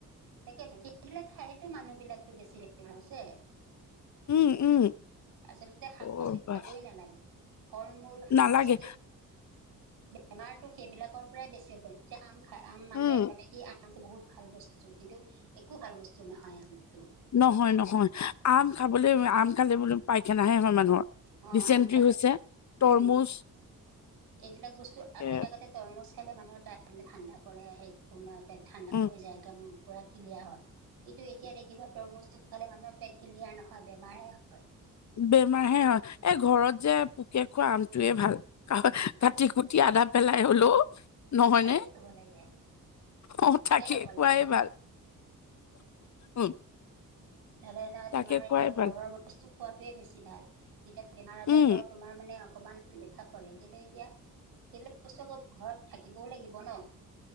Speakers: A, on the right; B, on the left.
A: তাকেতো সেইবিলাক থাইতো মানুহ বিলাকো বেছি বেমাৰ হৈছে।
B: উম, উম।
A: আচলতে শাক
B: অ'
A: পাচলি
B: বাহ
A: খাবই নালাগে, ফল মূল শাক
B: নালাগে।
A: পাচলি, বেমাৰতটো সেইবিলাকৰ পৰাই বেছি হয়। এতিয়া আমি খাই, আম মানুহে
B: উম।
A: ভাবে কি আমটো বহুত ভাল বস্তু, কিন্তু একো ভাল বস্তু নহয় আমটো।
B: নহয় নহয়, আম খাবলৈ আম খালে বুলে পাইখানাহে হয় মানুহৰ
A: অ
B: ডিচেণ্ট্ৰি
A: আম খালে,
B: হৈছে তৰমুজ
A: উম, এইবিলাক বস্তু এতিয়া
B: এ
A: তৰমুজ খালে মানুহৰ তাৰে ঠাণ্ডা পৰে সেই একো ন পেট ঠাণ্ডা
B: উম
A: হৈ যায় একদম। পূৰা ক্লিয়াৰ হয়। কিন্তু এতিয়া দেখিবা তৰমুজটো খালে মানুহৰ পেট ক্লিয়াৰ নহয়, বেমাৰ হে হয়।
B: বেমাৰ হে হয়, এই ঘৰত যে পোকে খোৱা আমটোৱে ভাল। কাটি কুটি আদা পেলাই হলো নহয়নে?
A: তাকে খাব লাগে
B: অ তাকে
A: খাব
B: খোৱাই
A: লাগে
B: ভাল। উম
A: নহলে নহয়
B: তাকে
A: তোমাৰ
B: খোৱাই
A: এতিয়া
B: ভাল।
A: ঘৰৰ বস্তু খোৱাটোৱে বেছি ভাল। তেতিয়া বেমাৰ আজাৰৰ
B: উম।
A: পৰা তোমাৰ মানে অকমান ৰক্ষা পৰে, কিন্তু এতিয়া সেইবিলাক বস্তু আকৌ ঘৰত থাকিবও লাগিব ন?